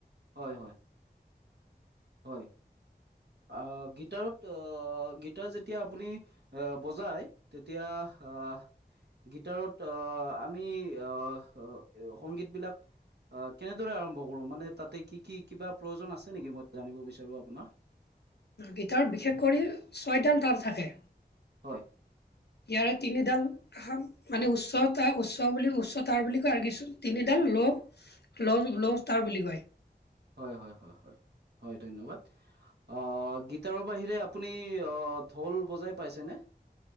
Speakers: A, on the right; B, on the left.
A: হয়ঁ হয়ঁ। হয়ঁ আহ গিটাৰত গিটাৰ যেতিয়া আপুনি এ বজাই তেতিয়া আহ হা গীটাৰত আহ আমি আহ সংগীত বিলাক অঁ কেনেদৰে আৰম্ভ কৰো মানে তাতে কি কি কিবা প্ৰয়োজন আছে নেকি মই জানিব বিচাৰো আপোনাক।
B: গীটাৰত বিশেষ কৰি ছয়ডাল তাৰ থাকে।
A: হয়ঁ!
B: ইয়াৰে তিনিডাল- সান উচ্চতা উচ্চ বুলি উচ্চতাৰ বুলি কয় আৰু কিছু তিনিডাল ল' লজ্ লজতাৰ বুলি কয়।
A: হয়ঁ হয়ঁ হয়ঁ হয়ঁ হয়ঁ ধন্যবাদ। অঁ গীটাৰৰ বাহিৰে আপুনি ঢোল বজাই পাইছেনে?